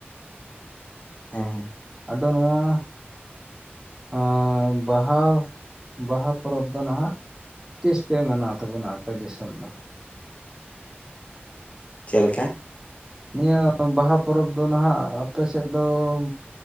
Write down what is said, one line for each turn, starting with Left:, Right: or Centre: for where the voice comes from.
Left: ᱦᱮᱸ ᱦᱮᱸ᱾
Right: ᱫᱚ ᱱᱚᱣᱟ ᱟᱸ ᱵᱟᱦᱟ ᱵᱟᱦᱟ ᱯᱚᱨᱚᱵᱽ ᱫᱚ ᱱᱟᱦᱟᱜ ᱛᱤᱥ ᱯᱮ ᱢᱟᱱᱟᱣ ᱛᱟᱵᱚᱱᱟ ᱟᱯᱮ ᱫᱤᱥᱚᱢ ᱫᱚ?
Left: ᱪᱮᱫ ᱞᱮᱠᱟ?
Right: ᱱᱤᱭᱟᱹ ᱵᱟᱦᱟ ᱯᱚᱨᱚᱵᱽ ᱫᱚ ᱱᱟᱦᱟᱜ ᱟᱯᱮ ᱥᱮᱫ ᱫᱚᱢ